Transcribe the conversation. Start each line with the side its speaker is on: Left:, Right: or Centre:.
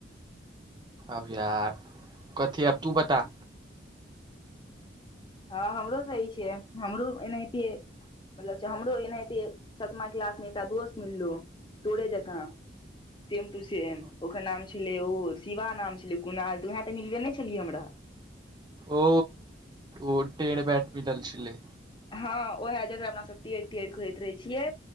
Right: आब यार किछु आब तू बता
Left: हँ हमरो सही छियै हमरो एनाहिते मतलब हमरो एनाहिते सतमा क्लास मे एकटा दोस्त मिललो तोरे जकाँ सेम टू सेम ओकर नाम छलै ओ शिवा नाम कोना आयल तऽ उएह तऽ भेटबे नहि छलियै हमरा
Right: ओ ओ टे बैट भी चल छलै
Left: हँ ओएहे जेकरा हमरा सब टेर टेर कहैत रहे छियै